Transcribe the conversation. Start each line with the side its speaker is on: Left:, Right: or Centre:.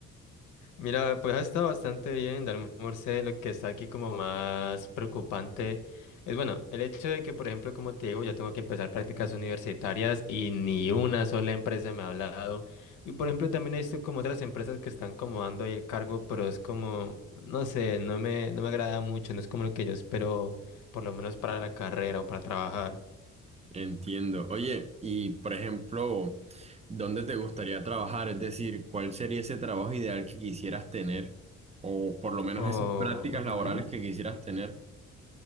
Left: Mira, pues ha estado bastante bien, Dalmor Morse, lo que está aquí como más preocupante es, bueno, el hecho de que, por ejemplo, como te digo, ya tengo que empezar prácticas universitarias y ni una sola empresa me ha hablado. Y, por ejemplo, también he visto como otras empresas que están como dando ahí el cargo, pero es como, no sé, no me, no me agrada mucho, no es como lo que yo espero, por lo menos para la carrera o para trabajar.
Right: Entiendo. Oye, y por ejemplo, ¿dónde te gustaría trabajar? Es decir, ¿cuál sería ese trabajo ideal que quisieras tener? O por lo menos
Left: O...
Right: esas prácticas
Left: ujú.
Right: laborales que quisieras tener.